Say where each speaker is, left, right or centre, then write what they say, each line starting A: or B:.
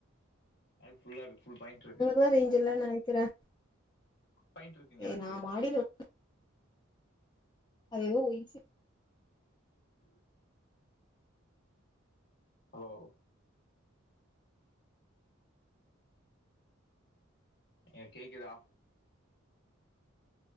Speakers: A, on the left (about 55°); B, on the left (about 20°).
A: அது ஃபுல்லாருக் ஃபுல் பாயிண்ட்ருக்கு.
B: அ ரேஞ்சில்லன் நெனைக்கிறே.
A: <inaudible> பாயிண்ட்ருக்குங்க
B: ஏ
A: எனக்கு.
B: நா மாடியில அது எதோ இசி
A: உம் ஹலோ? ‍ ஏ கேக்குதா?